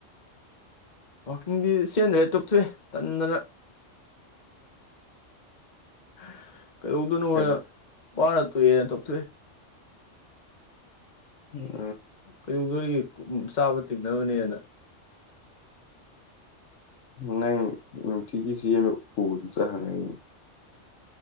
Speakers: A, on the left; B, on the left.
A: ꯋꯥꯀꯤꯡꯗꯤ ꯁꯦꯟꯗ꯭ꯔꯦ <unintelligible> ꯊꫭꯛꯋꯦ ꯇꯟꯗꯅ <inaudible> ꯀꯩꯗꯧꯗꫭꯅꯣꯅ
B: ꯀꯩꯅꯣ
A: ꯚꯥꯔꯠ ꯇꯨꯋꯦꯅ ꯇꯣꯛ ꯊꫭꯛꯑꯦ
B: ꯎꯝ
A: ꯀꯩꯗꯧꯗꯣꯔꯤꯒꯦ ꯆꯥꯕ ꯇꯤꯡꯅꯕꯅꯦꯅ
B: ꯅꯪ ꯅꯨꯡꯇꯤꯒꯤ ꯁꯦꯟꯕ ꯑꯕꯗꯨꯗ ꯍꯡꯉꯛꯏꯅꯦ